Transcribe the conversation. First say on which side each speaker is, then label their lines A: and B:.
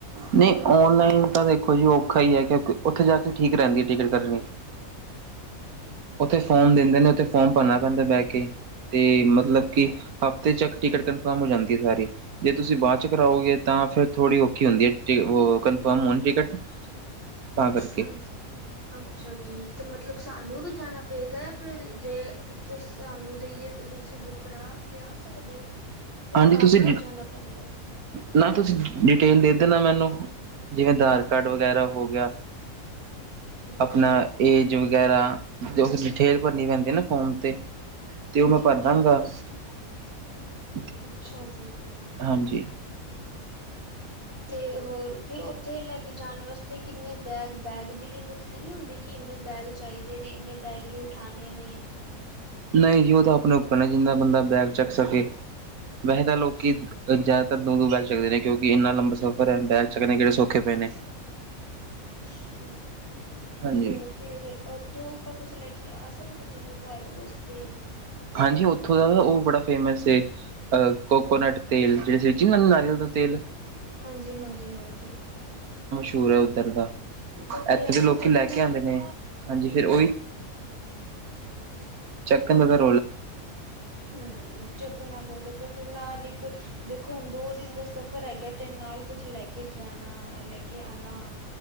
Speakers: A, on the right (about 85°); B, on the right (about 35°).
A: ਨਹੀਂ ਔਨਲਾਈਨ ਤਾਂ ਦੇਖੋ ਜੀ ਔਖਾ ਹੀ ਹੈ ਕਿਉਂਕਿ ਉੱਥੇ ਜਾ ਕੇ ਠੀਕ ਰਹਿੰਦੀ ਹੈ ਟਿਕਟ ਕਣੀ ਉੱਥੇ
B: ਅੱਛਾ-ਅੱਛਾ
A: ਫੋਰਮ ਦਿੰਦੇ ਨੇ ਉੱਥੇ ਫੋਰਮ ਭਰਨਾ ਪੈਂਦਾ ਬਹਿ ਕੇ ਤੇ ਮਤਲਬ ਕਿ ਹਫ਼ਤੇ ਚੱਕ ਟਿਕਟ ਕਨਫਰਮ ਹੋ ਜਾਂਦੀ ਹੈ ਸਾਰੀ ਜੇ ਤੁਸੀਂ ਬਾਅਦ ਚ ਕਰਾਓਗੇ ਤਾਂ ਫਿਰ ਥੋੜ੍ਹੀ ਹੁੰਦੀ ਹੈ ਉਹ ਕਨਫਰਮ ਹੋਣ ਟਿਕਟ ਤਾਂ ਕਰਕੇ
B: ਅੱਛਾ ਅੱਛਾ ਜੀ ਤੇ ਮਤਲਬ ਸਾਨੂੰ ਵੀ ਜਾਣਾ ਪਏਗਾ ਆ ਫਿਰ ਜੇ ਤੁਸੀਂ ਸਾਨੂੰ ਦੇਈਏ ਤੁਸੀਂ ਬੁਕਰਾ ਕ ਸਕਦੇ ਹੋ ਜਾਂ
A: ਹਾਂਜੀ
B: ਆਪ
A: ਤੁਸੀਂ
B: ਨੂੰ ਹੀ ਜਾਣਾ ਪੈਂਦਾ
A: ਨਾ ਤੁਸੀਂ ਡਿਟੇਲ ਦੇ ਦਾ ਮੈਨੂੰ ਜਿਵੇਂ ਆਧਾਰ ਕਾਰਡ ਵਗੈਰਾ ਹੋ ਗਿਆ
B: ਅੱਛਾ
A: ਆਪਣਾ ਇਹ ਜੋ ਵਗੈਰਾ ਡਿਟੇਲ ਭਰਨੀ ਪੈਂਦੀ ਹੈ ਨਾ ਫੋਨ ਤੇ ਤੇ
B: ਅੱਛਾ
A: ਉਹ ਮੈਂ ਭਰਦਾਗਾ
B: ਅੱਛਾ
A: <unintelligible>
B: ਅੱਛਾ ਜੀ।
A: ਹਾਂਜੀ,
B: ਤੇ ਹੋਰ, ਫਿਰ ਉੱਥੇ ਲੈ ਕੇ ਜਾਣ ਵਾਸਤੇ ਕਿੰਨੇ ਬੈਗ, ਬੈਗ ਦੀ ਲਿਮਿਟ ਤੇ ਨਹੀਂ ਹੁੰਦੀ। ਕਿ ਇੰਨੇ ਬੈਗ ਚਾਹੀਦੇ ਨੇ, ਇੰਨੇ ਬੈਗ ਹੀ ਉਠਾਣੇ ਨੇ
A: ਨਹੀਂ ਜੀ ਉਹ ਤਾਂ ਆਪਣੇ ਉੱਪਰ ਹੈ, ਜਿੰਨਾ ਬੰਦਾ ਬੈਗ ਚੱਕ ਸਕੇ। ਵਹਿ ਤਾਂ
B: ਅੱਛਾ
A: ਲੋਕੀ ਜ ਤਾਂ ਦੋਂ- ਦੋਂ ਬੈਗ ਚਕਦੇ ਨੇ, ਕਿਉਕਿੰ ਇੰਨਾ ਲੰਬਾ ਸਫ਼ਰ ਏ ਬੈਗ ਚਕਣੇ ਕੇੜੇ ਸੌਖੇ ਪਏ ਨੇ।
B: ਅੱਛਾ,
A: ਹਾਂਜੀ
B: ਤੇ ਫਿਰ ਉੱਥੋਂ ਆਪਾਂ ਕੁੱਛ ਲੈ ਕੇ ਆ ਸਕਦੇ ਜਿਵੇਂ ਘਰ ਵਾਸਤੇ
A: ਹਾਂਜੀ ਉੱਥੋਂ ਦਾ ਨਾਂ ਉਹ ਬੜਾ ਫੇਮਸ ਇਹ, ਕੋਕੋਨਟ ਤੇਲ ਜਿਹੜੇ ਸਚ ਨਾਰੀਅਲ ਦਾ ਤੇਲ।
B: ਹਾਂਜੀ ਹਾਂਜੀ ਹਾਂਜੀ।
A: ਟੂਰ ਹੈ ਉੱਧਰ ਦਾ।
B: ਬਟ ਇਹ
A: ਇੱਥੇ
B: ਹੈ
A: ਦੇ
B: ਨਾ
A: ਲੋਕੀ
B: ਚੱਕਣਾ
A: ਲੈ ਕੇ ਆਂਦੇ ਨੇ। ਹਾਂਜੀ, ਫੇਰ
B: ਅੱਛਾ
A: ਉਹੀ <unintelligible>
B: ਹਮ ਚੁੱਕਣਾ ਪਹੁਦੁ ਕੇ ਫਿਰ ਨਾ ਨਾਲ ਇੱਕ ਦੇਖੋ ਹੁਣ ਦੋ ਦਿਨ ਦਾ ਸਫ਼ਰ ਹੈਗਾ ਤੇ ਨਾਲ ਕੁਛ ਲੈ ਕੇ ਜ ਜਾਣਾ, ਲੈ ਕੇ ਆਉਣਾ।